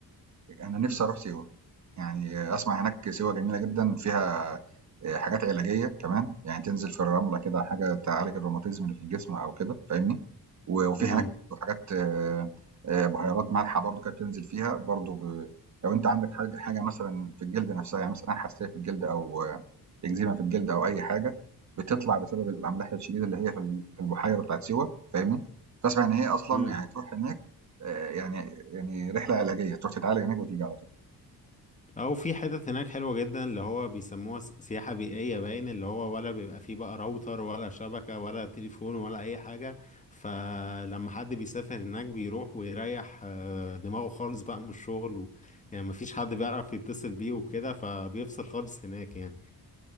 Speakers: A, on the right; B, on the left.
A: أنا نفسي أروح سيوة، يعني أسمع هناك سيوة جميلة جدًا فيها آآ حاجات علاجية كمان، يعني تنزل في الرملة كده حاجة تعالج الروماتيزم اللي في الجسم أو كده فاهمني، و وفي
B: امم
A: هناك حاجات آآ بُهيرات مالحة برضه كده بتنزل فيها برضه ب لو أنت عندك حاجة حاجة مثلًا في الجلد نفسها، يعني مثلًا أي حساسية في الجلد أو إكزيما في الجلد أو أي حاجة بتطلع بسبب الأملاح الشديدة اللي هي في ال- في البحيرة بتاعت سيوة فاهمني؟ فأسمع إن هي أصلا
B: امم
A: يعني تروح هناك آه، يعني يعني رحلة علاجية تروح تتعالج هناك وتيجي على طول
B: او في حتت هناك حلوة جدا اللي هو بيسموها س- سياحة بيئية باين اللي هو ولا بيبقى فيه بقى راوتر ولا شبكة ولا تليفون ولا اي حاجة فلما حد بيسافر هناك بيروح ويريح آه، دماغه خالص بقى من الشغل و... يعني مفيش حد بيعرف يتصل بيه وكده فبيفصل خالص هناك يعني